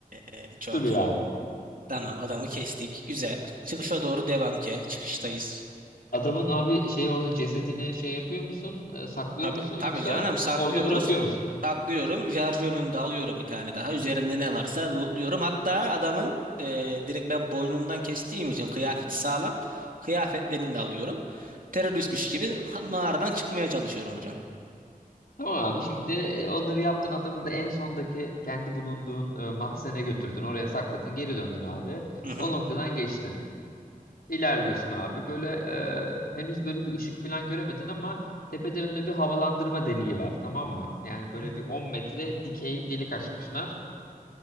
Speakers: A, on the right; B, on the left.
A: e, çok
B: duruyor
A: iyi.
B: abi.
A: Tamam adamı kestik. Güzel. Çıkışa doğru devam ki. Çıkıştayız.
B: Adamın abi şey orada cesedini şey yapıyor musun? Eee, saklıyor
A: Tabii,
B: musun yoksa
A: tabii canım saklıyoruz.
B: orada bırakıyor
A: Saklıyorum. Şarjörünü de alıyorum bir tane daha. Üzerinde ne varsa lootluyorum. Hatta adamın e, direkt ben boynundan kestiğim için kıyafeti sağlam. Kıyafetlerini de alıyorum. Teröristmiş gibi ha- mağaradan çıkmaya çalışıyorum hocam.
B: Tamam abi şimdi e, onları yaptın adamı da en sondaki kendi bulunduğun e, mahzene götürdün oraya sakladın geri döndün abi
A: Hı hı.
B: o noktadan geçtin ilerliyorsun abi böyle e, henüz böyle bir ışık falan göremedin ama tepede böyle bir havalandırma deliği var tamam mı yani böyle
A: Hı.
B: bir 10 metre dikey delik açmışlar